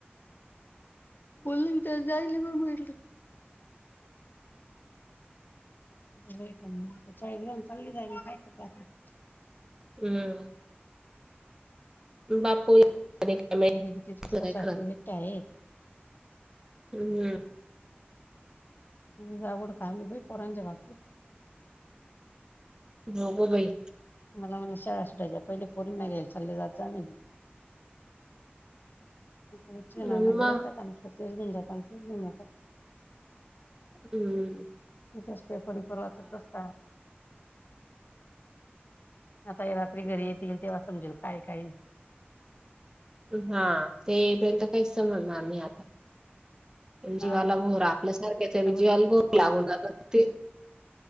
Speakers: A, on the left (about 55°); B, on the right (about 15°).
A: <unintelligible> चाल मी काय करत <unintelligible>
B: हम् बापू काय
A: घरी बी तिचे
B: <unintelligible>
A: सासू सासरे
B: काय
A: एकटे आहेत
B: हम्म
A: जावड का पोरांच्या बाबतीत
B: हो गो बाई
A: मला मला शाळा सुटायच्या पहिले पोरी नाही घेईल चाले जात जामीन विच
B: मग
A: ना घ जाता म्हट तेन जातान जाता
B: हम्
A: असते परिपर्वाचत बसता आताये रात्री घरी येतील तेव्हा समजेल काय काय
B: हा ते येपर्यंत काहीच समजणार नी आता जीवाला
A: हा
B: घोर आपल्यासारख्याच
A: बघू
B: जीवाला घोर लागून जात <inaudible> ते